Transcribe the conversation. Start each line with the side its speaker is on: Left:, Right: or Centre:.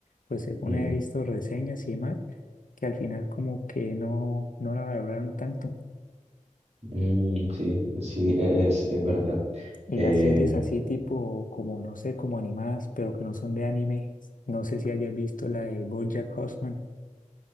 Left: pues según
Right: Mm,
Left: he visto reseñas y demás, que al final como que no, no la valoraron tanto.
Right: mm, sí, sí, e- es, es verdad.
Left: Y
Right: Eh,
Left: las series así tipo, como no sé, como animadas, pero que no son de anime. No sé si hayas visto la de BoJack Horseman.